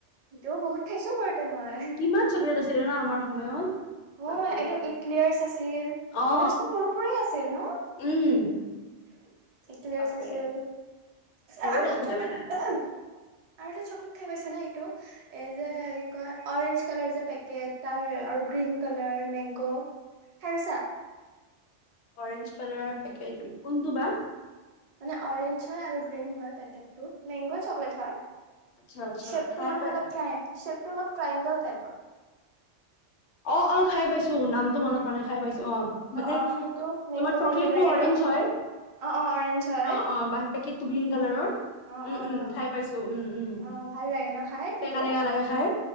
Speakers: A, on the right; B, on the left.
A: সেটোও বহুত খাইছো সৰুত। এইটো মই
B: কিমান চকলেট আছিলে ন আমাৰ সময়ত বাপৰে
A: অ ', এইটো ইক্লেয়াৰ্চ আছিল
B: অ
A: ইক্লেয়াৰ্চটো সৰুৰ পৰাই আছিল ন',?
B: উম
A: এইটো গেছ
B: বাপৰে
A: আছিল,
B: বহুত
A: আৰু এটা
B: আছিলে
A: চকলেট
B: মানে
A: আৰু এটা চকলেট খাই পাইছা নে? এইটো এইযে কি- কয় অৰেঞ্জ কালৰ যে পেকেট তাৰ আৰু গ্ৰীণ কালাৰ মেংগ, খাই পাইছা?
B: অৰেঞ্জ কালাৰৰ পেকেট কোনটো বা?
A: মানে অৰেঞ্জ হয় আৰু গ্ৰীণ হয় পেকেটটো মেংগ চকলেট হয়।
B: আচ্ছা আচ্ছা
A: শ্বেপটো
B: খাই
A: মানে
B: পাই
A: অলপ ট্ৰাই, শ্বেপটো অলপ ট্ৰাইংগেল টাইপৰ।
B: অ', - অ ', খাই পাইছো নামটো মনত পৰা নাই খাই পাইছো। অ ', মানে
A: অ সেইটো মেংগ'
B: তোমাৰ চকলেটটো
A: মেংগ' লাগে
B: অৰেঞ্জ
A: ন
B: হয়।
A: অ অ অৰেঞ্জ হয়
B: অহ, ' অহ বাহিৰ, <unintelligible> কালাৰৰ।
A: অ
B: উম,
A: অ
B: উম।
A: অ
B: খাই পাইছো। উম। উম
A: অ, ভাল লাগে ন খাই
B: টেঙা
A: সেইটো?
B: টেঙা লাগে খাই।